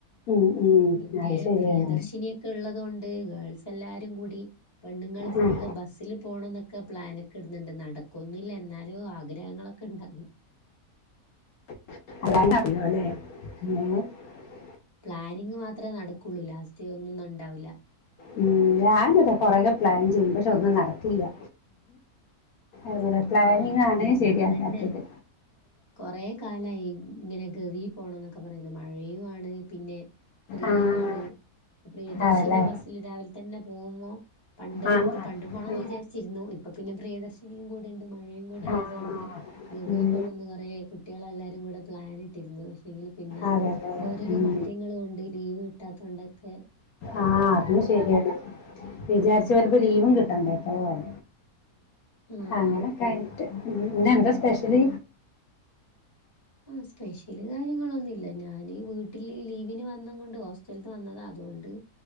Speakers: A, on the left; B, on the left.
A: ഉം ഉം.
B: പിന്നെ
A: അത് ശരിയാണ്
B: പ്രിയദർശിനിയൊക്കെ ഇള്ളത് കൊണ്ട് ഗേൾസ് എല്ലാരും കൂടി പെണ്ണുങ്ങള് ഫുള്ള്
A: ഉം
B: ബസ്സിലും പോണോന്നൊക്കെ പ്ലാനൊക്കെ ഇടുന്നുണ്ട് നടക്കോന്നില്ലാ എന്നാലും ആഗ്രഹങ്ങളൊക്കെ ഇണ്ട്.
A: <unintelligible>
B: പ്ലാനിംഗ് മാത്രമേ നടക്കുള്ളൂ ലാസ്റ്റ് ഒന്നും ഇണ്ടാവൂല്ലാ.
A: ഉം ഞാനതാ കൊറേക്കാ പ്ലാൻ ചെയ്യും പക്ഷെ ഒന്നും നടക്കില്ലാ. നമ്മടേ പ്ലാനിങ്
B: ആഹ്
A: ആണ് ശരിയാക്കാത്തത്.
B: അതന്നെ കൊറെ കാലായി ഇങ്ങനെ ഗവി പോണം എന്നൊക്കെ പറയുന്ന് മഴയുമാണ് പിന്നെ ഫ്രീയും
A: ആഹ്
B: ആണ് പ്രിയദർശിനി
A: അതല്ലേ
B: ബസ്സില് രാവിലെ തന്നെ പോകുമൊ പണ്ട്ക്ക്
A: ആഹ് ആഹ്
B: പണ്ട് പോണമെന്ന് വിചാരിച്ചിരുന്നു ഇപ്പൊ പിന്നെ പ്രിയദർശിനിയും കൂടെണ്ട്. യും കൂടെയുള്ളത്
A: ആഹ്
B: കൊണ്ട് ഗെവി
A: ഉം
B: പോകണന്ന് പറയാ കുട്ടികളെല്ലാരും കൂടെ പ്ലാനിട്ടിരുന്നു പക്ഷെങ്കി പിന്നെ
A: അതെല്ലേ
B: ഓരോരോ
A: ഉം
B: കാര്യങ്ങള് കൊണ്ട് ലീവ് കിട്ടാത്ത കൊണ്ടൊക്കെ
A: ആഹ് അതും ശരിയാണ് വിചാരിച്ച് വരുമ്പ ലീവും കിട്ടണ്ടേ പോവാൻ
B: ആഹ്
A: അങ്ങനെക്കായി ഇന്ന് എന്താ സ്പെഷ്യല്?
B: ആ സ്പെഷ്യല് കാര്യങ്ങളൊന്നുല്ലാ ഞാന് വീട്ടില് ലീവിന് വന്ന് കൊണ്ടോ ട്ത്ത് വന്നതാ അതുകൊണ്ട്.